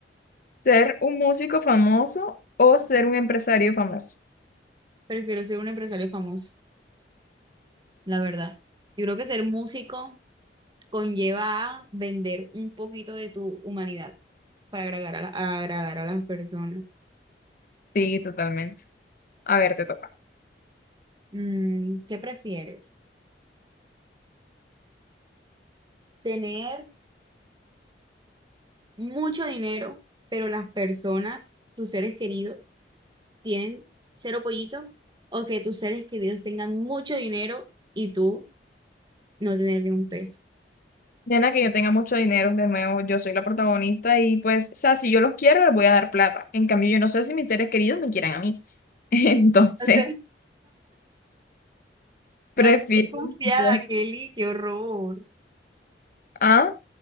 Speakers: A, on the left (about 50°); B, on the right (about 25°).
A: ¿Ser un músico famoso o ser un empresario famoso?
B: Prefiero ser un empresario famoso, la verdad. Yo creo que ser músico conlleva a vender un poquito de tu humanidad para agradar a, la- a agradar a las personas.
A: Sí, totalmente. A ver, te toca.
B: Mm, ¿qué prefieres? ¿Tener mucho dinero, pero las personas, tus seres queridos, tienen cero pollito o que tus seres queridos tengan mucho dinero y tú no tener ni un peso.
A: Diana, que yo tenga mucho dinero, de nuevo, yo soy la protagonista y pues, o sea, si yo los quiero, les voy a dar plata. En cambio, yo no sé si mis seres queridos me quieran a mí. <laughs> Entonces,
B: O sea,
A: prefiero
B: está desconfiada,
A: yo.
B: Kelly, qué horror.
A: Ah,